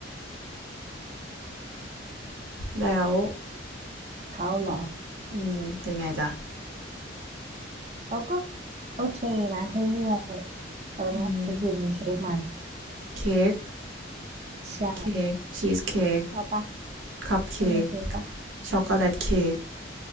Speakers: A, on the right; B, on the right.
A: แล้ว
B: เขาเหรอ
A: อืม เป็นไงจ๊ะ
B: เขาก็โอเคนะเรื่อยๆแต่วันเนี้ยไปกินเค้กมา
A: อืม เค้ก
B: ใช่
A: เค้กชีสเค้ก
B: ชอบปะ
A: คัพเค้ก
B: ชอบกินเค้กปะ
A: ช็อกโกแลตเค้ก